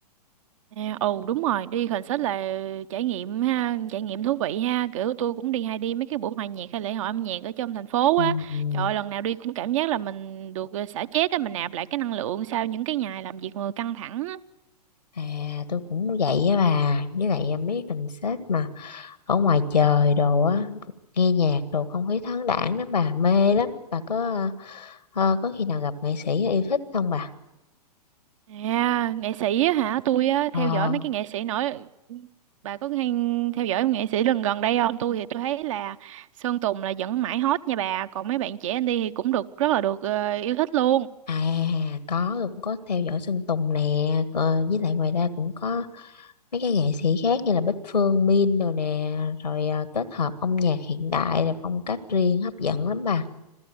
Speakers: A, on the right; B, on the left.
A: À, ừ đúng rồi đi concert là trải nghiệm ha trải nghiệm thú vị ha kiểu tôi cũng đi hay đi mấy cái buổi hòa nhạc hay lễ hội âm nhạc ở trong thành phố
B: ừ.
A: á trời ơi, lần nào đi cũng cảm giác là mình được ờ, xả stress á mình nạp lại cái năng lượng sau những cái ngày làm việc mà căng thẳng á
B: À tôi cũng vậy á bà Với lại à, mấy cái concert mà Ở ngoài trời đồ á Nghe nhạc đồ không khí thoáng đãng lắm bà Mê lắm Bà có ờ, ờ, có khi nào gặp nghệ sĩ yêu thích không bà
A: à nghệ sĩ á hả tôi á
B: Ờ
A: theo dõi mấy cái nghệ sĩ nổi bà có hay theo dõi nghệ sĩ lần gần đây không tôi thì tôi thấy là Sơn Tùng là vẫn mãi hot nha bà còn mấy bạn trẻ anh đi thì cũng được rất là được ờ, yêu thích luôn
B: À có tôi cũng có theo dõi Sơn Tùng nè ờ, Với lại ngoài ra cũng có Mấy cái nghệ sĩ khác như là Bích Phương, Min đồ nè Rồi à, kết hợp âm nhạc hiện đại Rồi phong cách riêng hấp dẫn lắm bà